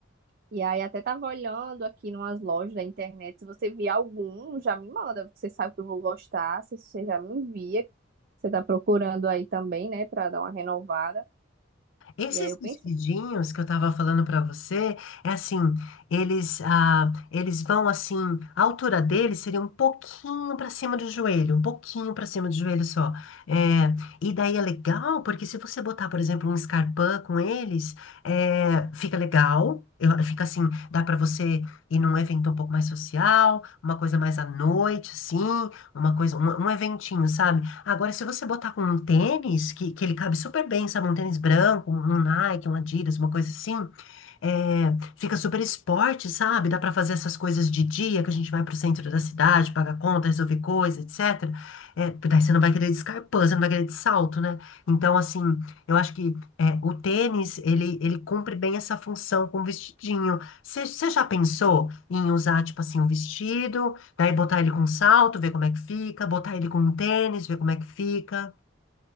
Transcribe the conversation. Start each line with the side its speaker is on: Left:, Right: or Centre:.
Right: E aí até tava olhando aqui numas lojas da internet, se você vier algum, já me manda, porque você sabe que eu vou gostar, se você já me envia, você tá procurando aí também, né, pra dar uma renovada.
Left: Esses
Right: E aí eu pensei,
Left: vestidinhos que eu tava falando pra você, é assim, eles, ah, eles vão assim, a altura deles seria um pouquinho pra cima do joelho, um pouquinho pra cima do joelho só. É, e daí é legal, porque se você botar, por exemplo, um escarpin com eles, é, fica legal. eu- Fica assim, dá pra você ir num evento um pouco mais social, uma coisa mais à noite, assim, uma coisa, um, um eventinho, sabe? Agora, se você botar com um tênis, que, que ele cabe super bem, sabe? Um tênis branco, um Nike, um Adidas, uma coisa assim, é, fica super esporte, sabe? Dá para fazer essas coisas de dia, que a gente vai pro centro da cidade, paga conta, resolver coisa, etc. É, daí você não vai querer de escarpão, você não vai querer de salto, né? Então, assim, eu acho que é, o tênis, ele, ele cumpre bem essa função com o vestidinho. Você você já pensou em usar, tipo assim, um vestido, daí botar ele com salto, ver como é que fica, botar ele com um tênis, ver como é que fica?